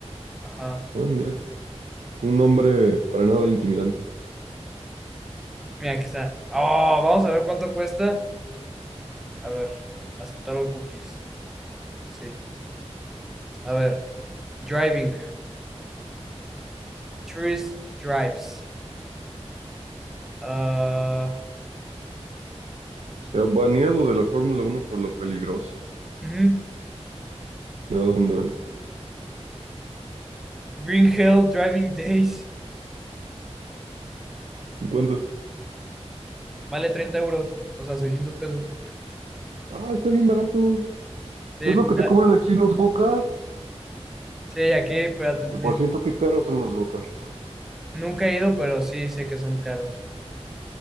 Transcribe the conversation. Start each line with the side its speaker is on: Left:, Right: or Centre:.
Centre: Ajá.
Right: Ah, mira, un nombre para nada intimidante.
Centre: Mira, aquí está. Oh, vamos a ver cuánto cuesta. A ver. aceptar los cookies. Sí. A ver. Driving. Tourist drives. Ah,
Right: O sea, baneado de la Fórmula Uno por lo peligroso.
Centre: ujú.
Right: Nada mal.
Centre: Green Hill Driving Days.
Right: ¿En ¿Cuánto?
Centre: Vale 30 euros, o sea, 600 pesos.
Right: Ah, está bien barato.
Centre: Sí,
Right: Es lo
Centre: pues
Right: que te
Centre: ya.
Right: cobran aquí en los go-kart.
Centre: Sí, aquí, espérate,
Right: Que
Centre: ni-
Right: por cierto, qué caros son los go-karts.
Centre: nunca he ido, pero sí sé que son caros.